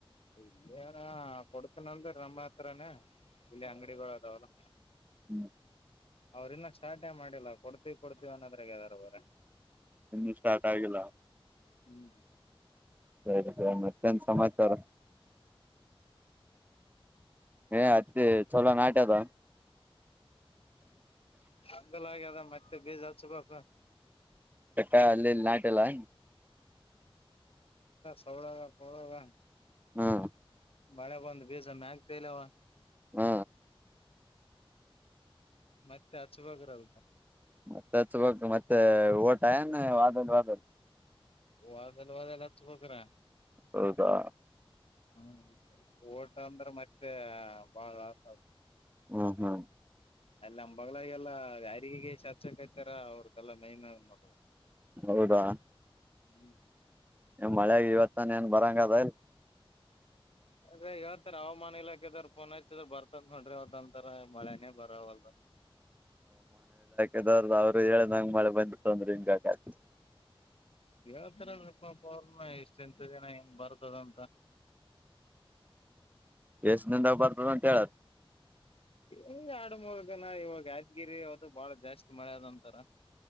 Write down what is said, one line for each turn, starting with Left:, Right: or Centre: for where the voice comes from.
Left: ಇಲ್ಲಾರ ಕೊಡ್ತನಂದ್ರ ನಮ್ಮ ಹತ್ರಾನ ಇಲ್ಲಿ ಅಂಗಡಿಗಳು ಅದಾವಲ್ಲ
Right: ಹ್ಮ್
Left: ಅವ್ರ ಇನ್ನ ಸ್ಟಾರ್ಟೇ ಮಾಡಿಲ್ಲ ಕೊಡ್ತಿೀವಿ ಕೊಡ್ತಿೀವ ಅನ್ನೋದ್ರಾಗ ಯದಾರ ಬ್ರ
Right: ಇಂದು ಸ್ಟಾರ್ಟ ಆಲ್ಲ
Left: ಹ್ಮ್ <unintelligible>
Right: ಸರಿ ಸರಿ ಮತ್ತೆನ್ ಸಮಾಚಾರ ಹ ಅತ್ತ ಚಲೋ ನಾಟ್ಯದ
Left: ಂದ ಆ ಅದ ಮತ್ತೆ ಬೀಜುಪಪ <unintelligible>
Right: ಕ ಅಲ್ಲಿ ನಾಟ್ಯಲ್ಲ
Left: ತೌಳ ಕೌಳಗ
Right: ಹ್ಮ್
Left: ಮಳೆಗ ಒಂದು ಬೀಜ ಮ ಆಗ್ತಲವ <unintelligible>
Right: ಹ್ಮ
Left: ಮತ್ತೆ ಹಚ್ವಾಗ್ರೌದಾ
Right: ಮತ್ತೆ ಹಚ್ಬಕ್ ಮತ್ತೆ ಓಟ ನ್ ವಾದದ ವಾದದ
Left: ವದಲ್ ವದಲ್ಲಾಚ್ಚು ಪೋಕರ
Right: ಹೌದಾ
Left: ಹ್ಮ್ ಓಟ ಅಂದ್ರೆ ಮತ್ತೆ ಬಾಳ ಲಾಸ್ ಆ
Right: ಹ್ಮ್ ಹ್ಮ್
Left: ಅಲ್ಲ ಅಂಬಗಳಗೆಲ್ಲ ಯಾರಿಗೆಗೆ ಚರ್ಚಕಯ್ತಾರ ಅವ್ರಗೆಲ್ಲ ಮೈನ್ ನೋಡ
Right: ಹೌದಾ
Left: ಹ್ಮ್ <unintelligible>
Right: ಮಳ್ಯಾಗ ಇವತ್ತಾನ ಏನ್ ಬರಂಗ ಅದ ಇಲ್
Left: ಅದ ಇವತ್ತರ ಹವಾಮಾನ ಇಲಾಖೆದಾರ ಪೋನ್ ಹಚ್ಚಿದ್ರ ಬರ್ತಂದ್ ನೋಡ್ರಿ ಅವತ್ತಂತರ ಮಳೆನೇ ಬರವಲ್ವ
Right: ಎದರ್ದ ಅವ್ರು ಹೇಳ ನಂಗ ಮಳೆ ಬಂದ ತಂದ್ರೆ ಹಿಂಗ <unintelligible>
Left: ಹೇಳ್ತಾರಪಪ ಅವ್ರನ ಎಷ್ಟ ಎಂತ ದಿನ ಹೆಂಗ್ ಬರ್ತದಂತ
Right: ಎಸ್ ನಂದಬಾರ ಪ್ರಮಂತಳ
Left: ಈ ಆಡು ಮಗನ ಇವಾಗ ಯಾದಗಿರಿ ಅವತ್ತು ಬಾಳ ಜಾಸ್ತಿ ಮಳೆ ಆದದಂತಾರ